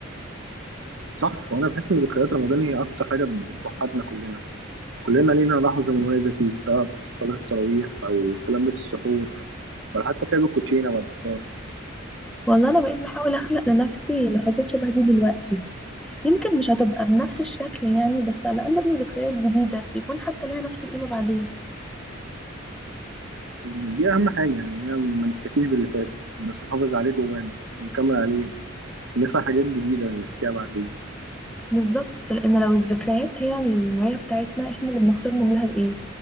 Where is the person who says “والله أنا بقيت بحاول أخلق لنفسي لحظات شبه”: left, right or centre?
Centre